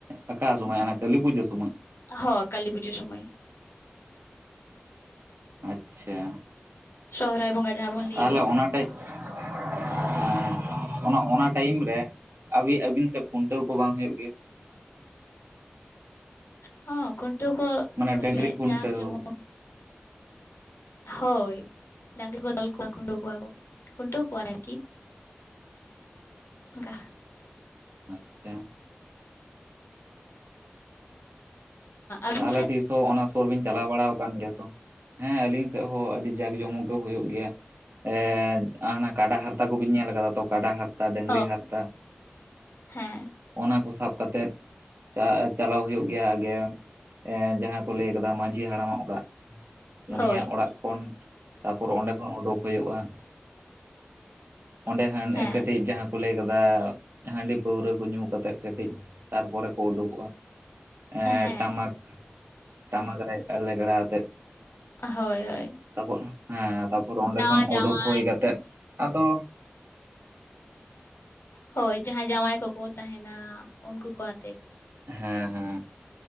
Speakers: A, on the right; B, on the left.
A: ᱟᱠᱟ ᱥᱚᱢᱚᱭ ᱦᱟᱱᱟ ᱠᱟᱹᱞᱤ ᱯᱩᱡᱟᱹ ᱥᱚᱢᱚᱭ
B: ᱦᱚ ᱠᱟᱹᱞᱤ ᱯᱩᱡᱟᱹ ᱥᱚᱢᱚᱭ
A: ᱟᱪᱪᱷᱟ
B: ᱥᱚᱦᱨᱟᱭ ᱵᱚᱸᱜᱟ ᱡᱟᱦᱟᱸ ᱵᱚᱱ ᱞᱟᱹᱭ
A: ᱛᱟᱦᱚᱞᱮ
B: ᱫᱚ
A: ᱚᱱᱟ ᱴᱟᱭᱼ <inaudible> ᱦᱮᱸ ᱚᱱᱟ ᱚᱱᱟ ᱴᱟᱭᱤᱢ ᱨᱮ ᱟᱹᱵᱤ ᱟᱹᱵᱤᱱ ᱥᱮᱫ ᱠᱷᱩᱱᱴᱟᱹᱣ ᱠᱚ ᱵᱟᱝ ᱦᱩᱭᱩᱜ ᱜᱮᱭᱟ
B: ᱦᱚᱸ ᱠᱷᱩᱱᱴᱟᱹᱣ ᱠᱚ
A: ᱢᱟᱱᱮ
B: ᱫᱚ
A: ᱰᱟᱹᱝᱨᱤ
B: ᱢᱮ ᱞᱮ
A: ᱠᱷᱩᱱᱴᱟᱹᱣ
B: ᱡᱟᱠ ᱡᱚᱢᱩᱱ ᱦᱳᱭ ᱰᱟᱝᱨᱤ ᱠᱚ ᱛᱚᱞ ᱠᱚᱣᱟ ᱠᱷᱩᱱᱴᱟᱹᱣ ᱠᱚᱣᱟ ᱠᱚ ᱠᱷᱩᱱᱴᱟᱹᱣ ᱠᱚᱣᱟᱞᱮ ᱟᱨᱠᱤ ᱚᱱᱠᱟ
A: ᱟᱪᱪᱷᱟ
B: ᱟᱹᱵᱤᱱ
A: ᱛᱟᱦᱚᱞᱮ
B: ᱥᱮᱫ
A: ᱛᱤᱥᱦᱚᱸ ᱚᱱᱟ ᱥᱩᱨ ᱵᱤᱱ ᱪᱟᱞᱟᱣ ᱵᱟᱲᱟᱣ ᱟᱠᱟᱱ ᱜᱮᱭᱟ ᱛᱚ ᱦᱮᱸ ᱟᱹᱞᱤᱧ ᱥᱮᱫ ᱦᱚᱸ ᱟᱹᱰᱤ ᱡᱟᱠᱼ ᱡᱚᱢᱚᱠ ᱜᱮ ᱦᱩᱭᱩᱜ ᱜᱮᱭᱟ ᱮ ᱟᱦᱟᱱᱟ ᱠᱟᱰᱟ ᱦᱟᱨᱛᱟ ᱠᱚᱵᱤᱱ ᱧᱮᱞ ᱟᱠᱟᱫᱟ ᱛᱚ ᱠᱟᱰᱟ ᱦᱟᱨᱛ ᱛᱟ ᱰᱟᱹᱝᱨᱤ
B: ᱦᱳᱭ
A: ᱦᱟᱨᱛᱟ
B: ᱦᱮᱸ
A: ᱚᱱᱟ ᱠᱚ ᱥᱟᱯ ᱠᱟᱛᱮᱜ ᱪᱟ ᱪᱟᱞᱟᱣ ᱦᱩᱭᱩᱜ ᱜᱮᱭᱟ ᱟᱜᱮᱢ ᱮᱸᱡᱟᱦᱟᱸ ᱠᱚ ᱞᱟᱹᱭ ᱠᱟᱫᱟ ᱢᱟᱹᱡᱷᱤ ᱦᱟᱲᱟᱢᱟᱜ ᱚᱲᱟᱜ ᱩᱱᱤᱭᱟᱜ
B: ᱦᱳᱭ
A: ᱚᱲᱟᱜ ᱠᱷᱚᱱ ᱛᱟᱯᱚᱨᱚ ᱚᱸᱰᱮ ᱠᱷᱚᱱ ᱩᱰᱩᱠ ᱦᱩᱭᱩᱜᱼᱟ ᱚᱸᱰᱮ ᱦᱟᱱ
B: ᱦᱮᱸ
A: ᱠᱟᱹᱴᱤᱡ ᱡᱟᱦᱟᱸ ᱠᱚ ᱞᱟᱹᱭ ᱠᱟᱫᱟ ᱦᱟᱺᱰᱤ ᱯᱟᱹᱣᱨᱟᱹ ᱠᱚ ᱧᱩ ᱠᱟᱛᱮᱜ ᱠᱟᱹᱴᱤᱡ ᱛᱟᱨᱯᱚᱨᱮ ᱠᱚ ᱩᱰᱩᱠᱚᱜᱼᱟ ᱮᱸ
B: ᱦᱮᱸ
A: ᱴᱟᱢᱟᱠ ᱴᱟᱢᱟᱠ ᱨᱮ ᱞᱮᱜᱲᱟ ᱟᱛᱮᱫ
B: ᱦᱳᱭ ᱦᱳᱭ
A: ᱛᱟᱯᱚ ᱦᱮᱸ ᱛᱟᱯᱚᱨᱚ ᱚᱸᱰᱮ
B: ᱱᱟᱣᱟ
A: ᱠᱷᱚᱱ
B: ᱡᱟᱶᱟ
A: ᱩᱰᱩᱠ ᱦᱩᱭ ᱠᱟᱛᱮ ᱟᱫᱚ
B: ᱦᱳᱭ ᱡᱟᱦᱟᱸᱭ ᱡᱟᱶᱟᱭ ᱠᱚᱠᱚ ᱛᱟᱦᱮᱱᱟ ᱩᱱᱠᱩ ᱠᱚ ᱟᱛᱮᱜ
A: ᱦᱮᱸ ᱦᱮᱸ